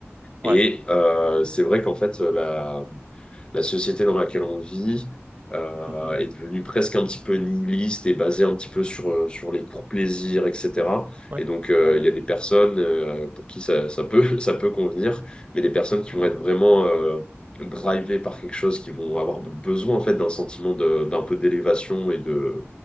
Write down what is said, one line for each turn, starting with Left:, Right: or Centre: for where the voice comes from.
Right: ouais.
Left: Et euh, c'est vrai qu'en fait la la société dans laquelle on vit euh,
Right: Mhm.
Left: est devenue presque un petit peu nihiliste et basée un petit peu sur, euh, sur les pour plaisir, etc.
Right: Ouais,
Left: Et donc, euh,
Right: ouais, ouais.
Left: il y a des personnes euh, pour qui ça, ça peut, <laughs> ça peut convenir, mais des personnes qui vont
Right: Mhm.
Left: être vraiment euh, drivées par quelque chose, qui vont avoir besoin en fait d'un sentiment de- d'un peu d'élévation et de,